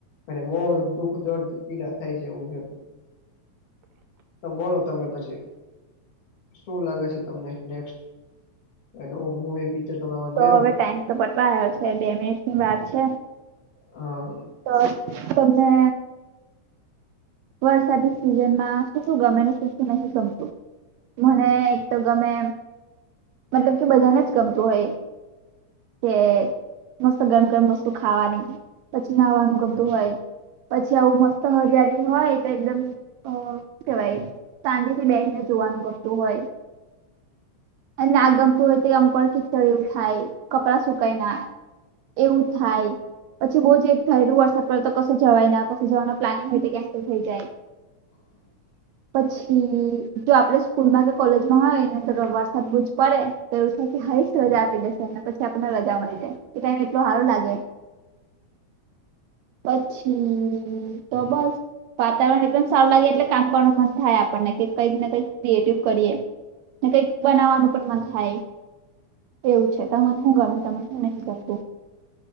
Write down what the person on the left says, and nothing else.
અને મો દુઃખ દર્દ પીડા થાય છે એવું છે તો બોલો તમે પછી શું લાગે છે તમને નેક્સ્ટ નવ મવી પિક્ચર ત આવો
હ
હ